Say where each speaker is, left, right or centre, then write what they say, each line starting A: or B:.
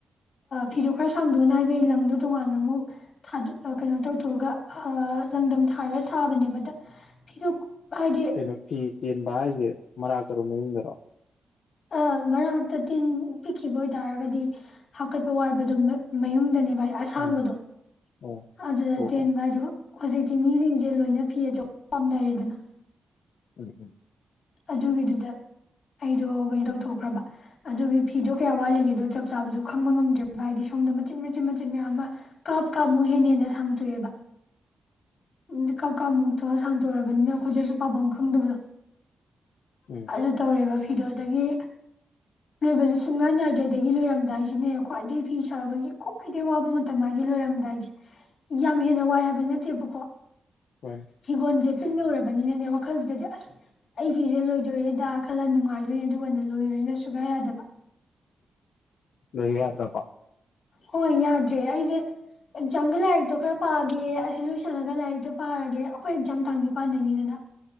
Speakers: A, on the left; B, on the left.
A: ꯐꯤꯗꯣ ꯈꯔ ꯁꯥꯡꯗꯣꯛꯑꯅ ꯍꯥꯏꯕꯒꯤ ꯂꯪꯗꯣ ꯇꯣꯉꯥꯟꯅ ꯑꯃꯨꯛ ꯀꯩꯅꯣ ꯇꯧꯊꯣꯛꯑꯒ ꯂꯪꯗꯝ ꯊꯥꯔ ꯁꯥꯕꯅꯦꯕꯗ ꯐꯤꯗꯣ ꯍꯥꯏꯗꯤ
B: ꯀꯩꯅꯣ ꯐꯤ ꯇꯦꯟꯕ ꯍꯥꯏꯁꯦ ꯃꯔꯥꯛꯇꯔꯣ ꯃꯌꯨꯝꯗꯔꯣ
A: ꯑ ꯃꯔꯛꯇ ꯇꯤꯟ ꯄꯤꯛꯈꯤꯕ ꯑꯣꯏꯇꯥꯥꯔꯒꯗꯤ ꯍꯥꯞꯀꯠꯄ ꯋꯥꯏꯕꯗꯣ ꯃꯌꯨꯝꯗꯅꯦꯕ ꯃꯥꯏ ꯑꯁꯥꯡꯕꯗꯣ
B: ꯎꯝ ꯑꯣ
A: ꯑꯗꯨꯗ
B: ꯑꯣ
A: ꯇꯦꯟ
B: ꯑꯣ
A: ꯚꯥꯏꯗꯨ ꯍꯧꯖꯤꯛꯇꯤ ꯃꯤꯁꯤꯡꯁꯦ ꯂꯣꯏꯅ ꯐꯤ ꯑꯆꯧꯕ ꯄꯥꯝꯅꯔꯦꯗꯅ
B: ꯎꯝ ꯎꯝ
A: ꯑꯗꯨꯒꯤꯗꯨꯗ ꯑꯩꯗꯣ ꯀꯩꯅꯣ ꯇꯧꯊꯣꯛꯈ꯭ꯔꯕ ꯑꯗꯨꯒꯤ ꯐꯤꯗꯣ ꯀꯌꯥ ꯋꯥꯠꯂꯤꯒꯦꯗꯣ ꯆꯞ ꯆꯥꯕꯗꯣ ꯈꯪꯕ ꯉꯝꯗ꯭ꯔꯦꯕ ꯍꯥꯏꯗꯤ ꯁꯣꯝꯗ ꯃꯆꯤꯟ ꯃꯆꯤꯟ ꯃꯆꯤꯟ ꯃꯌꯥꯝ ꯑꯃ ꯀꯥꯞ ꯀꯥꯞꯃꯨꯛ ꯍꯦꯟꯅ ꯍꯦꯟꯅ ꯁꯥꯡꯇꯣꯛꯑꯦꯕ ꯎꯝ ꯀ ꯀꯃꯨꯛ ꯊꯣꯛꯑ ꯁꯥꯡꯇꯣꯛꯔꯕꯅꯤꯅ ꯑꯩꯈꯣꯏꯗꯁꯨ ꯄꯥꯐꯝ ꯈꯪꯗꯕꯗꯣ
B: ꯎꯝ
A: ꯑꯗꯨ ꯇꯧꯔꯦꯕ ꯐꯤꯗꯣ ꯑꯗꯒꯤ ꯂꯣꯏꯕꯁꯨ ꯁꯨꯡꯅꯥꯏ ꯅꯥꯏꯗꯦꯗꯒꯤ ꯂꯣꯏꯔꯝꯗꯥꯏꯁꯤꯅꯦ ꯈ꯭ꯋꯥꯏꯗꯒꯤ ꯐꯤ ꯁꯥꯕꯒꯤ ꯈ꯭ꯋꯥꯏꯗꯒꯤ ꯋꯥꯕ ꯃꯇꯝ ꯍꯥꯏꯗꯤ ꯂꯣꯏꯔꯝꯗꯥꯏꯁꯦ ꯌꯥꯝ ꯍꯦꯟꯅ ꯋꯥꯏꯕ ꯅꯠꯇꯦꯕꯀꯣ
B: ꯍꯣꯏ
A: ꯍꯤꯒꯣꯟꯖꯦꯠ ꯊꯤꯟꯗ ꯎꯔꯕꯅꯤꯅꯅꯦ ꯋꯥꯈꯜꯁꯤꯗꯗꯤ ꯑꯁ ꯑꯩ ꯐꯤꯁꯦ ꯂꯣꯏꯗꯣꯏꯔꯦ ꯈꯜꯂ ꯅꯨꯡꯉꯥꯏ ꯑꯗꯨꯒꯅꯦ ꯂꯣꯏꯕꯁꯤꯅ ꯁꯨꯛꯌ ꯌꯥꯗꯕ
B: ꯂꯣꯏꯒꯦ ꯌꯥꯗ꯭ꯔꯕꯣ
A: ꯍꯣꯏ ꯌꯥꯗ ꯗ꯭ꯔꯦ ꯑꯩꯁꯦ ꯑꯦꯛꯖꯥꯝꯒꯤ ꯂꯥꯏꯔꯤꯛꯇꯣ ꯈꯔ ꯄꯥꯒꯦ ꯑꯁꯤ ꯂꯣꯏꯁꯜꯂꯒ ꯂꯥꯏꯔꯤꯛꯇꯣ ꯄꯥꯔꯒꯦ ꯑꯩꯈꯣꯏ ꯑꯦꯛꯖꯥꯝ ꯇꯥꯡ ꯅꯤꯄꯥꯟꯗꯩꯩꯅꯤꯗꯅ